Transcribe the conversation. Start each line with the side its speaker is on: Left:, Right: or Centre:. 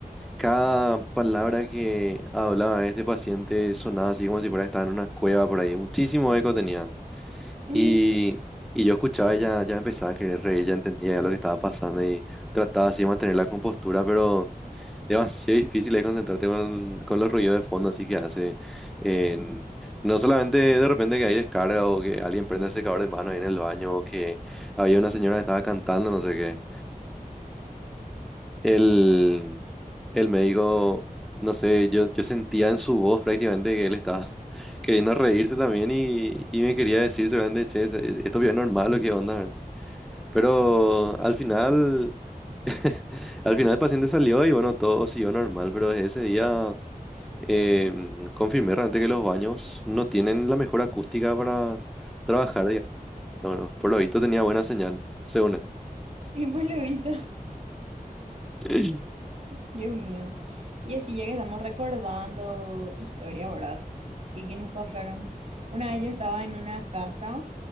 Centre: cada palabra que hablaba este paciente sonaba así como si fuera que estaba en una cueva por ahí. Muchísimo eco tenía.
Right: ujú,
Centre: Y, y yo escuchaba y ya, ya empezaba a querer reír, ya entendía ya lo que estaba pasando y trataba así de mantener la compostura, pero demasiado difícil es concentrarte con, con los ruidos de fondo, así que hace. en- no solamente de repente que hay descarga o que alguien prende el secador de mano ahí en el baño o que había una señora que estaba cantando, no sé qué. El, el médico, no sé, yo, yo sentía en su voz prácticamente que él estaba <laughs> queriendo reírse también y, y me quería decir seguramente, che, es- es- esto es normal o qué onda. Pero al final, <laughs> al final el paciente salió y bueno, todo siguió normal, pero desde ese día em, confirmé realmente que los baños no tienen la mejor acústica para trabajar, digamos. No, no, por lo visto tenía buena señal, según
Right: Y pues lo visto.
Centre: él.
Right: Dios mío. Y así ya que estamos recordando historias, ¿verdad? Y que nos pasaron. Una vez yo estaba en una casa